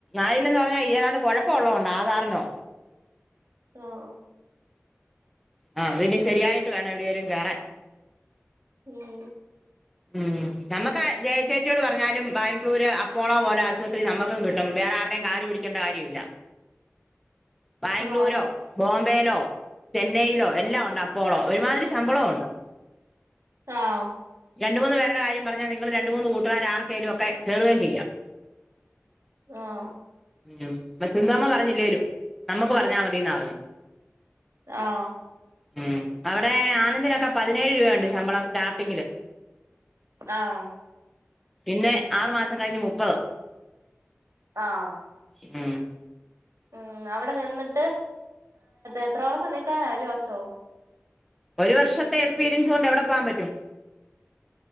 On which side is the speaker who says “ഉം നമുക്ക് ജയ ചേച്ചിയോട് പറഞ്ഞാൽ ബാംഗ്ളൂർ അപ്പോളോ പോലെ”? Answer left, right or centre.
Centre